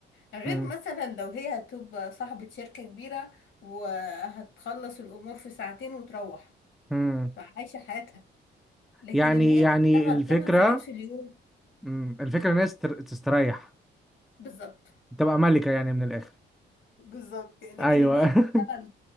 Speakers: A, on the left (about 70°); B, in the centre.
A: غير
B: مم.
A: مثلا لو هي هتبقى صاحبة شركة كبيرة وهتخلص الأمور في ساعتين وتروح
B: مم.
A: فعايشة حياتها لكن
B: يعني
A: إن هي
B: يعني
A: تشتغل
B: الفكرة
A: 8 ساعات في اليوم
B: مم. الفكرة ان هي تستر- تستريح
A: بالظبط
B: تبقى ملكة يعني من الآخر
A: بالظبط لكن
B: ايوه
A: إن هي تشتغل
B: <laughs>